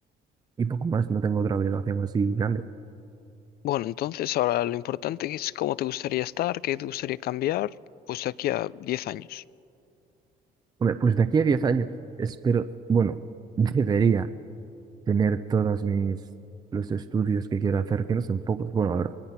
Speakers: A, on the right; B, on the left.
A: y poco más, no tengo otra obligación así grande.
B: Bueno, entonces ahora lo importante es cómo te gustaría estar, qué te gustaría cambiar, pues de aquí a 10 años.
A: Hombre, pues de aquí a 10 años espero, bueno, <laughs> debería tener todos mis los estudios que quiero hacer, que no son pocos, bueno, a ver,